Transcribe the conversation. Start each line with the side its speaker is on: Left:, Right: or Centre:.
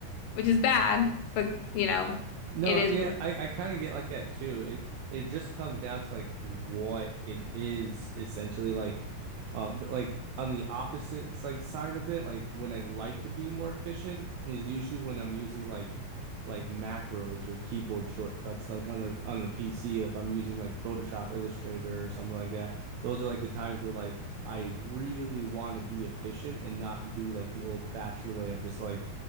Left: which is bad, but you know,
Right: No,
Left: it is.
Right: yeah, I, I kind of get like that too. It it just comes down to like what it is essentially like uh th- like on the opposite like side of it, like when I like to be more efficient is usually when I'm using like like macros or keyboard shortcuts like on the on the PC if I'm using like Photoshop, Illustrator or something like that. Those are like the times where like I really want to be efficient and not do like the old fashioned way of just like